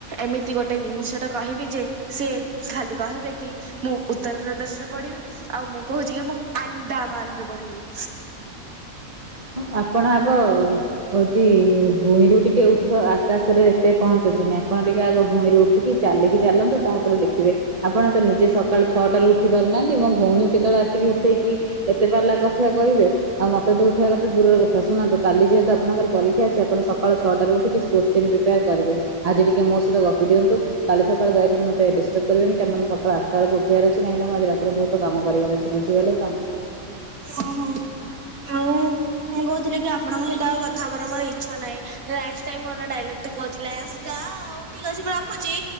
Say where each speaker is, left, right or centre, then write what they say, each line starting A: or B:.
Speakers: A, on the right (about 80°); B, on the right (about 30°).
A: ଏମିତି ଗୋଟେ ଜିନିଷ ଟା କହିବି ଯେ ସିଏ ଖାଲି କହିବେ କି! ମୁଁ ଉତ୍ତର ପ୍ର୍ରଦେଶ ରେ ପଢିବି ଆଉ ମୁଁ କହୁଛି କି ମୁଁ ଆଣ୍ଡାମାନ ରେ ପଢିବି।
B: ହ ଆପଣ ଆଗ ହଉଛି ଭୂଇଁରୁ ଟିକେ ଉଠ ଆକାଶରେ ଏତେ ପହଞ୍ଚନ୍ତୁନି ଆପଣ ଟିକିେ ଆଗ ଭୁଇଁରୁ ଉଠିକି ଚାଲିକି ଚାଲନ୍ତୁ ତାପରେ ଦେଖିବେ। ଆପଣ ତ ନିଜେ ସକାଳୁ ଛଅଟାରୁ ଉଠି ପାରୁନାହାନ୍ତି ମୋ ଭଉଣୀ କେତେବେଳେ ଆସିକି ଉଠେଇକି ଏତେ ପା କଥାଆ କହିବେ ଆଉ ମତେ ତୁ ଉଠିଆ କଥାୁନ୍ତୁ କାଲି ଯେହେତୁ ଆଣର ପରୀକ୍ଷାଛି ଆଣ ସଳ ଛଅଟାରୁ ଉଠିକିଛି କୋଶ୍ଚିନ୍ ପ୍ରିେୟାର କରିବେ। ଆଜି ଟିକେ ମୋ ସହିତ ଗପି ଦିଅନ୍ତୁ। କାଲି ସକାଳେ ଦୟକରି ମତେ ଡିଷ୍ଟର୍ବ କରିବନି କାରଣ ମୁଁ ସକା ଆଟା ବେଳ ଉଠିବାରଛି କାହିକି ମୁଁ ଆଜି ରାତିରେ ବହୁ କାମ କରିବାର ଅଛି। ବୁଝିଗଲେ ତ
A: ଓହୋ
B: ହ
A: ଆଉ ମୁଁ କହୁଥିଲି କି ଆପଣଙ୍କ ସହିତ ଆଉ କଥା ହବାର ମୋର ଇଚ୍ଛା ନାହିଁ। ଲାଷ୍ଟ ଟାଇମ ମୋର ଦାଇଲୋକ୍ କାଉ ଠିକ ଅଛି ମୁଁ ରଖୁଛି।